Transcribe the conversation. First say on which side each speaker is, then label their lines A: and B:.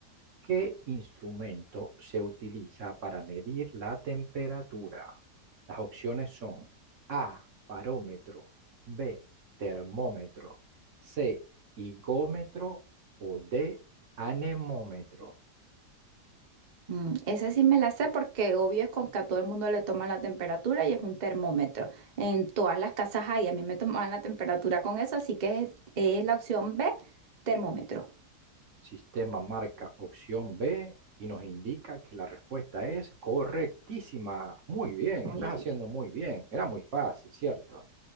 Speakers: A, on the right (about 55°); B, on the right (about 35°).
A: ¿Qué instrumento se utiliza para medir la temperatura? Las opciones son A, parómetro, B, termómetro, C, higómetro o D, anemómetro.
B: Mm, esa sí me la sé porque obvio es con que a todo el mundo le toman la temperatura y es un termómetro. En todas las casas hay, a mí me tomaban la temperatura con eso, así que es, es la opción B, termómetro.
A: Sistema marca opción B y nos indica que la respuesta es correctísima. Muy bien,
B: Muy
A: estás
B: bien.
A: haciendo muy bien. Era muy fácil, ¿cierto?